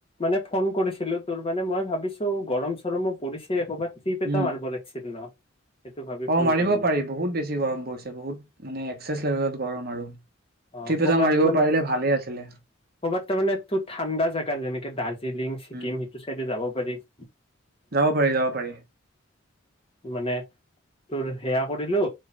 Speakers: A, on the left; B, on the right.
A: মানে ফোন কৰিছিলো তোৰ মানে মই ভাবিছো গৰম চৰমো পৰিছে একবাত। তিপেটা
B: উম
A: মাৰ বল একছিলছিল ন'। সেইটো ভাবি ফোন
B: অ', মাৰিব
A: কৰিলো
B: পাৰি বহুত বেছি গৰম পৰিছে বহুত মানে এক্সেছ লেভেলত গৰম আৰু।
A: অ',
B: ট্ৰিপ
A: ক'বাত
B: এটা মাৰিব
A: মানে
B: পাৰিলে ভালেই আছিলে
A: ক'বাত তাৰ মানেটো ঠাণ্ডা জোগা যেনেকে দাৰ্জিলিং ছিকিম
B: উম
A: সেইটো চাইডে যাব পাৰি। উম।
B: যাব পাৰি, যাব পাৰি।
A: মানে তোৰ সেয়া কৰিলো